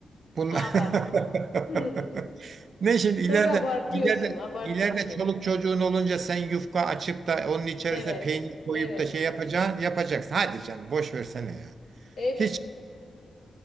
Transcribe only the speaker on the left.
Abartma.
<laughs>
Çok
abartıyorsun.
Abartıyorsun.
Evet.
Evet.
Hep